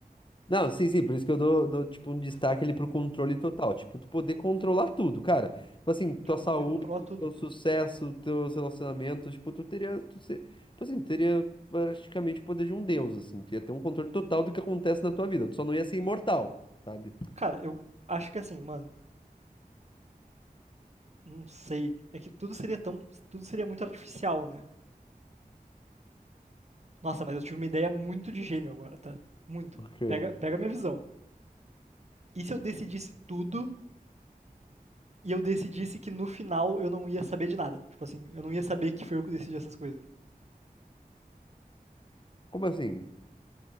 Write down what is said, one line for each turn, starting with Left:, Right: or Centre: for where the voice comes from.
Left: Não, sim, sim, por isso que eu dou, dou, tipo, um destaque ali pro controle total. Tipo, tu poder controlar tudo, cara. Tipo assim, tua
Right: Tipo, pra
Left: saúde,
Right: poder controlar tudo.
Left: teu sucesso, teus relacionamentos, tipo, tu teria, tu ser, tipo assim, tu teria praticamente o poder de um deus, assim. Tu ia ter um controle total do que acontece na tua vida. Tu só não ia ser imortal, sabe?
Right: Cara, eu acho que assim, mano, não sei. É que tudo seria tão. Tudo seria muito artificial, né? Nossa, mas eu tive uma ideia muito de gênio agora, tá? Muito.
Left: Por quê?
Right: Pega, pega minha visão. E se eu decidisse tudo e eu decidisse que no final eu não ia saber de nada? Tipo assim, eu não ia saber que foi eu que decidi essas coisas.
Left: Como assim?